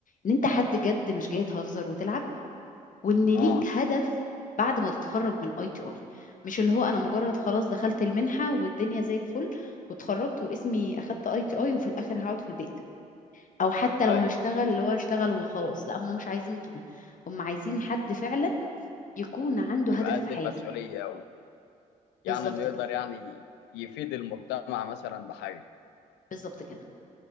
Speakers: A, on the left (about 45°); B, on the left (about 65°).
A: ان انت حد جد مش جاي تهزر وتلعب وان ليك
B: اه
A: هدف بعد ما تتخرج من اي تي اي مش اللي هو انا مجرد خلاص دخلت المنحه والدنيا زي الفل واتخرجت واسمي اخدت اي تي اي وفي الاخر هقعد في البيت او حتى
B: ايوه
A: لو هشتغل اللي هو هشتغل وخلاص لا هم مش عايزين كده هم عايزين حد فعلا يكون عنده
B: يبقى
A: هدف
B: قد
A: في حياته
B: المسؤولية ويعني
A: بالظبط
B: انه يقدر
A: كده
B: يعني يفيد المجتمع مثلا بحاجة
A: بالظبط كده